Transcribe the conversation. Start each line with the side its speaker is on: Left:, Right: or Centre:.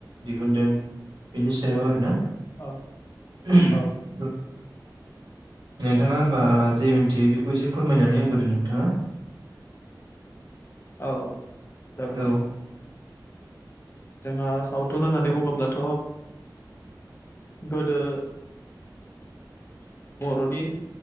Right: दिहुनदों बेनि सायाव आरोना।
Left: औ
Right: <unintelligible>
Left: औ
Right: नोंथाङा होमबा जे मिथियो बेखौ एसे फोरमायनानै होग्रोदों नोंथाङा।
Left: औ जागोन
Right: औ
Left: दे। जोंहा सावथुन होननानै बुङोब्लाथ' गोदो बर'नि